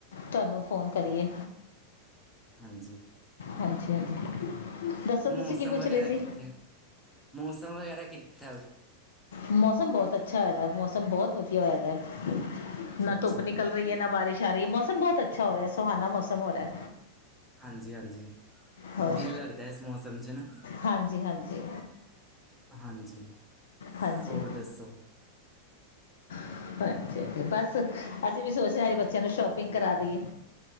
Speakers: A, on the left; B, in the centre.
A: ਤੁਹਾਨੂੰ ਫੋਨ ਕਰੀ ਏ
B: ਹਾਂਜੀ।
A: ਹਾਂਜੀ ਹਾਂਜੀ।
B: ਹਰ
A: ਦੱਸੋ
B: ਮੌਸਮ
A: ਤੁਸੀਂ ਕੀ ਪੁੱਛ
B: ਵਗੈਰਾ
A: ਰਹੇ ਸੀ
B: ਕਿੱਥੇ ਮੌਸਮ ਵਗੈਰਾ ਕਿੱਥੇ
A: ਮੌਸਮ ਬਹੁਤ ਅੱਛਾ ਹੋਇਆਦਾ ਮੌਸਮ ਬਹੁਤ ਵਧੀਆ ਹੋਇਆਦਾ।
B: ਅੱਛਾ-ਅੱਛਾ,
A: ਨਾ ਧੁੱਪ ਨਿਕਲ ਰਹੀ ਹੈ ਨਾ ਬਾਰਿਸ਼ ਆ ਰਹੀ ਹੈ ਮੌਸਮ ਬਹੁਤ ਅੱਛਾ ਹੋ ਰਿਹਾ ਸੁਹਾਨਾ ਮੌਸਮ ਹੋ ਰਿਹਾ।
B: ਹਾਂਜੀ। ਹਾਂਜੀ ਹਾਂਜੀ
A: ਹੋਰ
B: ਦਿਲ ਲੱਗਦਾ ਇਸ ਮੌਸਮ ਚ ਨਾ।
A: ਹਾਂਜੀ ਹਾਂਜੀ
B: ਹਾਂਜੀ
A: ਹਾਂਜੀ
B: ਹੋਰ ਦੱਸੋ?
A: ਹਾਂਜੀ ਹਾਂ ਬਸ ਅਸੀਂ ਵੀ ਸੋਚ ਰਹੇ ਹਾਂ ਅਜ ਬੱਚਿਆਂ ਨੂੰ ਸ਼ੋਪਿੰਗ ਕਰਾ ਦਇਏ